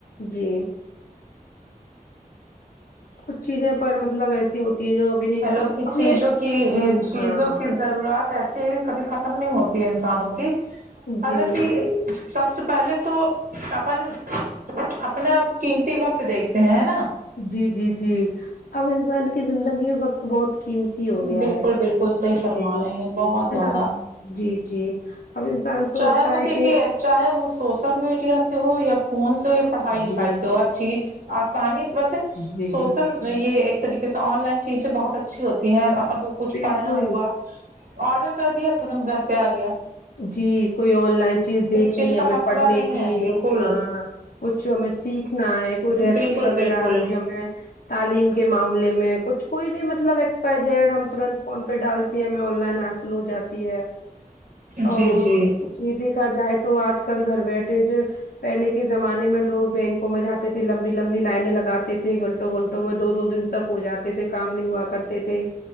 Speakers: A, on the left (about 75°); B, on the right (about 65°).
A: جی کچھ چیزیں پر مطلب ایسی ہوتی ہیں جو ابھی
B: ہیلو کچھ
A: اب
B: چیزوں
A: یہ
B: کی
A: جی
B: ا چیزوں
A: ہاں
B: کی ضرورت ایسی ہے کبھی ختم نہیں ہوتی ہے انسانوں کی حالانکہ
A: جی
B: سب سے پہلے تو اپن اپنا آپ قیمتی وقت دیکھتے ہیں نا
A: جی جی جی اب انسان کی زندگی میں وقت بہت قیمت ہو گیا
B: بالکل
A: ہے
B: بالکل صحیح فرما
A: جی
B: رہے
A: ہے
B: ہیں بہت زیادہ
A: نا جی جی اب انسان سوچتا
B: چاہے وہ
A: ہے
B: دیکھیے
A: کہ
B: چاہے وہ سوشل میڈیا سے ہو یا فون سے ہو یا پڑھائی لکھائی
A: جی
B: سے ہو چیز آسانی ویسے
A: جی
B: سوسل یہ ایک طریقے سے آن لائن چیزیں بہت اچھی ہوتی ہیں اپن کو کچھ
A: بالکل
B: پڑھنا ہوا آرڈر کر دیا ترنت گھر پہ آ گیا
A: جی کوئی آن لائن چیز دیکھنی
B: اس کا
A: ہمیں
B: مسئلہ
A: پڑھنے
B: نہیں
A: کی
B: ہے بالکل
A: ہاں کچھ ہمیں سیکھنا ہے کوئی ریسیپی
B: بالکل
A: وغیرہ
B: بالکل
A: کوئی ہمیں تعلیم کے معاملے میں کچھ کوئی بھی مطلب اکسز وائی زیڈ ہم ترنت فون پہ ڈالتی ہیں ہمیں آن لائن حاصل ہو جاتی ہے اور
B: جی جی
A: جی دیکھا جائے تو آج کل گھر بیٹھے جو پہلے کے زمانے میں لوگ بینکوں میں جاتے تھے لمبی لمبی لائنیں لگاتے تھے گھنٹوں گھنٹوں میں دو دو دن تک ہو جاتے تھے کام نہیں ہوا کرتے تھے